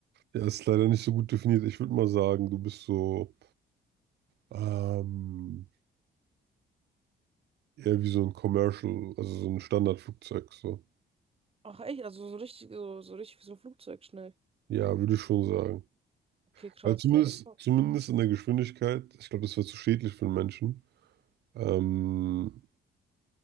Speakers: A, on the right (about 55°); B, on the right (about 30°).
A: Ja, ist leider nicht so gut definiert. Ich würde mal sagen, du bist so ähm, eher wie so ein Commercial, also so ein Standardflugzeug. So.
B: Ach, echt? Also, so richtig, so, so richtig wie so ein Flugzeug schnell.
A: Ja, würde ich schon sagen.
B: Okay, krass,
A: Also zumindest,
B: ja, das ist doch.
A: zumindest in der Geschwindigkeit, ich glaube, das wäre zu schädlich für den Menschen. Ähm,